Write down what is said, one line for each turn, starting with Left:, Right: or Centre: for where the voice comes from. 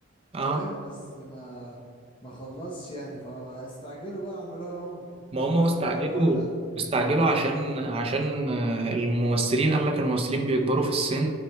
Right: اه
Left: فاهم بس ما ما خلصش يعني فاستعجلوا بقى عملوها هما
Right: ما هم
Left: أنت
Right: طب
Left: سمعت
Right: استعجلوا
Left: عن الحوار ده؟
Right: استعجلوا عشان عشان آه، الممثلين قال لك الممثلين بيكبروا في السن